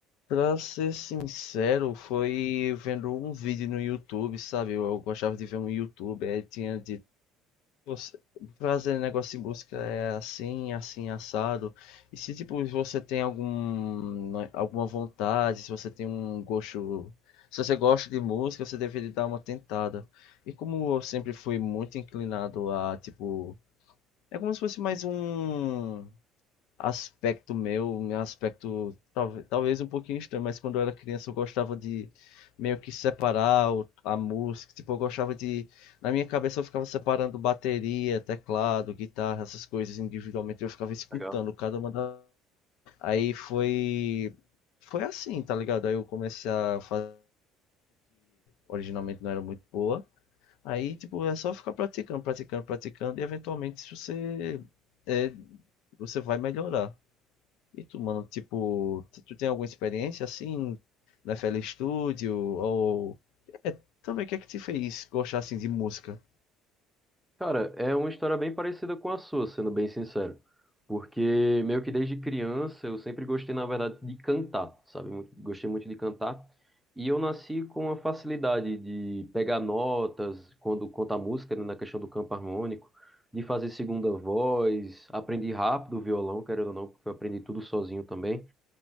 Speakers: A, on the left (about 75°); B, in the centre.
A: pra ser sincero, foi vendo um vídeo no YouTube, sabe? Eu, eu gostava de ver um YouTube, aí tinha de Você, fazer negócio de busca é assim, assim, assado. E se tipo você tem algum, né, alguma vontade, se você tem um gosto, se você gosta de música, você deveria dar uma tentada. E como eu sempre fui muito inclinado a tipo, é como se fosse mais um aspecto meu, meu aspecto talvez, talvez um pouquinho estranho, mas quando eu era criança eu gostava de meio que separar o- a música, tipo, eu gostava de, na minha cabeça eu ficava separando bateria, teclado, guitarra, essas coisas individualmente, eu ficava escutando
B: Legal.
A: cada uma da... Aí foi foi assim, tá ligado? Aí eu comecei a fazer, originalmente não era muito boa. Aí, tipo, é só ficar praticando, praticando, praticando e eventualmente se você é, você vai melhorar. E tu, mano, tipo, t- tu tem alguma experiência assim na FL Studio ou é, também o que é que te fez gostar assim de música?
B: Cara, é uma história bem parecida com a sua, sendo bem sincero. Porque meio que desde criança eu sempre gostei, na verdade, de cantar, sabe? Muito- Gostei muito de cantar. E eu nasci com a facilidade de pegar notas quando conta a música, né, na questão do campo harmônico, de fazer segunda voz, aprendi rápido o violão, querendo ou não, porque eu aprendi tudo sozinho também